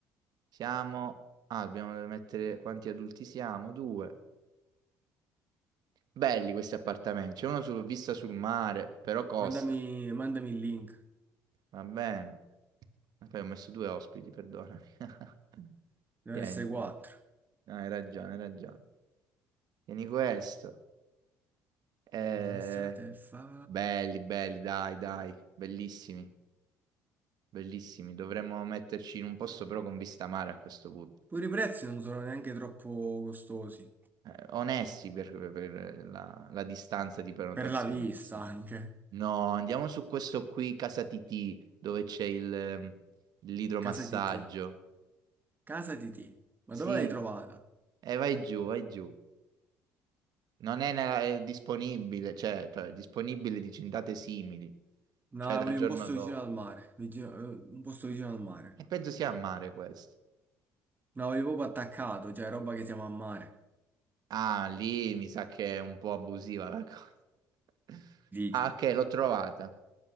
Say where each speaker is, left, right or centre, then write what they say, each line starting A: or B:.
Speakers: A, on the right (about 60°); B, on the right (about 25°).
A: siamo... Ah, dobbiamo mettere quanti adulti siamo? Due. Belli questi appartamenti, c'è uno su, vista sul mare, però costa.
B: Mandami, mandami il link,
A: Va bene. E Poi ho messo due ospiti, perdonami. <laughs>
B: deve
A: Tieni,
B: essere 4.
A: tieni. No, hai ragione, hai ragione. Tieni questo. Eh,
B: Un'estate fa...
A: belli, belli, dai, dai, bellissimi. Bellissimi, dovremmo metterci in un posto però con vista mare a questo punto.
B: Pure i prezzi non sono neanche troppo costosi.
A: Eh, onesti per, per la, la distanza di prenotazione,
B: Per la vista
A: insomma.
B: anche.
A: No, andiamo su questo qui, Casa Titì, dove c'è il, ehm, l'idromassaggio.
B: Casa di T. Casa di T. Ma
A: Sì,
B: dove l'hai trovata?
A: e vai giù, vai giù. Non è, nella- è disponibile, cioè, cioè, è disponibile dici in date simili,
B: No,
A: cioè dal
B: voglio
A: giorno
B: un posto
A: dopo.
B: vicino al mare. vicino- eh, un posto vicino al mare.
A: E penso sia a mare questo.
B: No, voglio proprio attaccato, cioè roba che siamo a mare.
A: Ah, lì mi sa che è un po' abusiva la cosa. <laughs>
B: Dici.
A: Ah, ok, l'ho trovata.